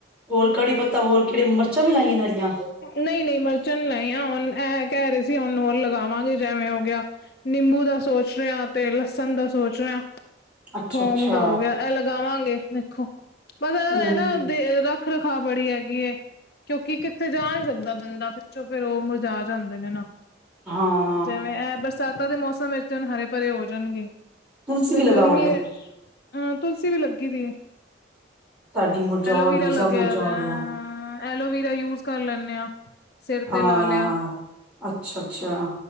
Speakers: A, in the centre; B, on the left.
A: ਹੋਰ ਕੜੀ ਪੱਤਾ ਹੋਰ ਕਿਹੜੇ ਮਿਰਚਾਂ ਵੀ ਲਾਈਆਂ ਨੇ ਹਰੀਆਂ
B: ਨਹੀਂ ਨਹੀਂ ਮਰਚਾਂ ਨੀ ਲਾਈਆਂ ਹੁਣ ਇਹ ਕਹਿ ਰਹੇ ਸੀ ਹੁਣ ਹੋਰ ਲਗਾਵਾਂਗੇ ਜਿਵੇਂ ਉਹ ਗਿਆ ਨਿੰਬੂ ਦਾ ਸੋਚ ਰਹੇ ਆਂ ਤੇ ਲਸਣ ਦਾ ਸੋਚ ਰਹੇ ਆ
A: ਅੱਛਾ
B: ਥੋਮ
A: ਅੱਛਾ
B: ਦਾ ਹੋ ਗਿਆ। ਇਹ ਲਗਾਵਾਂਗੇ ਦੇਖੋ ਬਸ ਪਰ
A: ਹਮ
B: ਇਹਨਾਂ ਦੀ ਨਾ ਰੱਖ ਰਖਾਵ ਬੜੀ ਹੈਗੀ ਏ ਕੀ ਕਿੱਥੇ ਜਾ ਨਹੀਂ ਸਕਦਾ ਬੰਦਾ ਪਿੱਛੋਂ ਫਿਰ ਉਹ ਮੁਰਝਾ ਜਾਂਦੇ ਨੇ ਨਾ।
A: ਹਾਂ
B: ਜਿਵੇਂ ਇਹ ਬਰਸਾਤਾਂ ਦੇ ਮੌਸਮ ਵਿੱਚ ਤਨ ਹਰੇ ਭਰੇ ਹੋ ਜਾਣਗੇ,
A: ਤੁਲਸੀ
B: ਤੇ
A: ਵੀ ਲਗਾਓਗੇ
B: ਗਰਮੀ ਚ ਅ ਤੁਲਸੀ ਵੀ ਲੱਗੀ ਪਈ ਏ।
A: ਸਾਡੀ ਮੁਰਝਾ
B: ਐਲੋਵੇਰਾ
A: ਗਈ
B: ਲੱਗਿਆ
A: ਸਭ ਮੁਰਝਾ
B: ਹੋਇਆ,
A: ਗਿਆ
B: ਐਲੋਵੀਰਾ ਯੂਜ ਕਰ ਲੈਦੇ ਆ। ਸਿਰ
A: ਹਾਂ,
B: ਤੇ ਲਾ ਲਿਆ,
A: ਅੱਛਾ-ਅੱਛਾ,